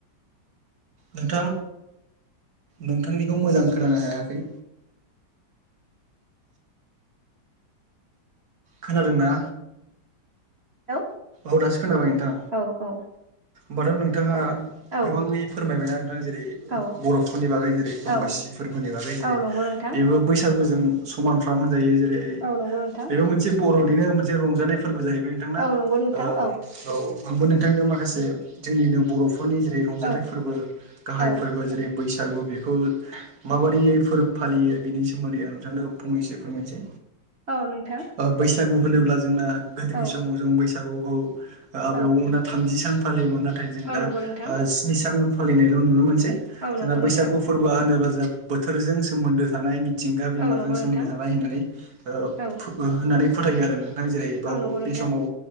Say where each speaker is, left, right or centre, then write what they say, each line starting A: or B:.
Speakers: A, on the right (about 55°); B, on the right (about 35°).
A: नोंथां नोंथांनिखौ मोजां खोनानो हायाखै। खोनादोंना?
B: औ
A: औ दासो खोनाबाय नोंथां
B: औ ओ
A: होनोमबाथ' नोंथाङा
B: औ
A: गोबाङै फोरमायबायना नोंथां जेरै
B: औ
A: बर'फोरनि बागै जेरै दमासि
B: औ
A: फोरबोनि बागै जेरै
B: औ नंगौ नोंथां
A: बेबो बैसागुजों समानफ्राम होनजायो जेरै
B: औ नंगौ नोंथां
A: बेबो मोनसे बर'निनो मोनसे रंजानाय फो फोरबो जाहैबाय नोंथांना
B: औ नंगौ नोंथां
A: ओ औ आंबो नोंथांनो माखासे जोंनिनो बर' नि जेरै रंजाथाइ
B: औ
A: फोरबो गाहाय
B: औ
A: फोरबो जेरै बैसागु बेखौ माबायदियै फोरबो फालियो बिनि सोमोन्दै आं नोंथांनो फंनैसो फोरमायनोसै।
B: औ नोंथां।
A: ओ बैसागु होनोब्ला जोंना गोदोनि
B: औ
A: समाव जों बैसागु आबै
B: औ
A: आबौमोना थामजि सान फालियोमोन नाथाय जों
B: औ
A: दा
B: नंगौ नोंथां
A: स्नि सान फालिनायल' नुनो मोन जोंना
B: औ नंगौ
A: बैसागु
B: नोंथां
A: फोरबोआ होनोबा जों बोथोरजों सोमोन्दो थानाय मिथिंगा बिमाजों
B: औ नंगौ नोंथां
A: सोमोन्दो थानाय होननानै ओ
B: औ
A: होननानै फोथायो आरो नों नोंथां जेरै बाव
B: औ नंगौ नोंथां
A: बे समाव